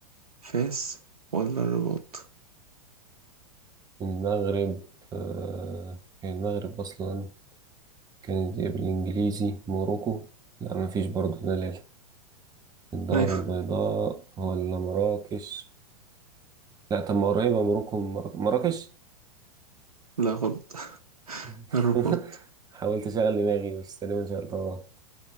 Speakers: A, on the right (about 85°); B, on the right (about 20°).
A: فاس ولا الرباط
B: المغرب آه... هي المغرب أصلا كانت إيه بالإنجليزي موروكو لا مفيش برضه دلالة الدار
A: أيوة
B: البيضاء ولا مراكش لا طب ما قريبة موروكو من مراك- مراكش
A: لا غلط
B: <laughs>
A: الرباط
B: حاولت اشغل دماغي بس تقريبا شغلتها غلط